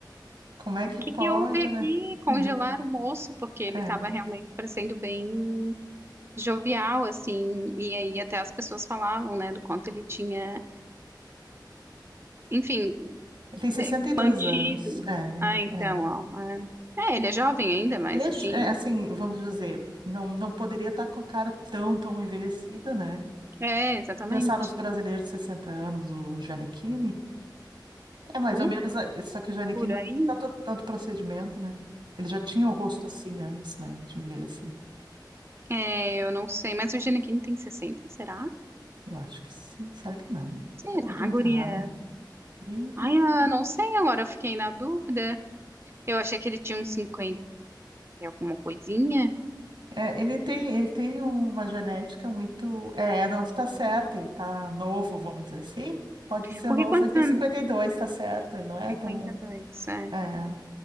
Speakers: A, on the right; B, on the right.
A: Como é
B: o
A: que
B: que
A: pode,
B: que houve aqui?
A: né? <laughs>
B: Congelaram o moço, porque ele
A: É.
B: tava realmente parecendo bem jovial, assim. E aí até as pessoas falavam, né, do quanto ele tinha, enfim,
A: Ele tem sessenta
B: é,
A: e dois
B: mantido.
A: anos. É,
B: Ah, então,
A: é.
B: ó. É, É, ele é jovem ainda, mas
A: Ele é,
B: assim,
A: ch- é, assim, vamos dizer, não, não poderia estar com a cara tão, tão envelhecida, né?
B: é, exatamente.
A: Pensar nos brasileiros de 60 anos, o Gianecchini. É mais
B: Por,
A: ou menos, a- só que o Gianecchini
B: por aí,
A: não fez tanto, tanto procedimento, né? Ele já tinha o rosto assim antes, né, de envelhecer.
B: é, eu não sei. Mas o Gene Kim tem sessenta será?
A: Eu acho que sim. Será que não?
B: Será,
A: Será que eu tô muito
B: guria?
A: errada? Ih,
B: Ai, ah, não sei agora, eu fiquei na dúvida. Eu achei que ele tinha uns cinquenta e alguma coisinha.
A: é, ele tem, ele tem uma genética muito. É, não, tu tá certo, ele tá novo, vamos dizer assim. Pode dizer
B: Porque
A: novo,
B: quantos
A: ele tem
B: anos?
A: cinquenta e dois tá certo, ele não é
B: cinquenta
A: tão.
B: e dois, é.
A: É.